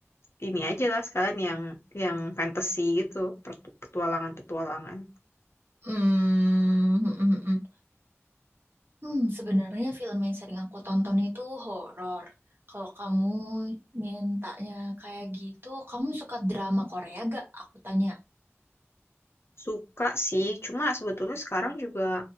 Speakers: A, on the left; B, on the right.
A: ini aja lah sekalian yang yang fantasy gitu, pertu- petualangan-petualangan.
B: Hmm, mm, mm, mm. Hmm, sebenarnya film yang sering aku tonton itu horor. Kalau kamu mintanya kayak gitu, kamu suka drama Korea gak? Aku tanya.
A: Suka sih, cuma sebetulnya sekarang juga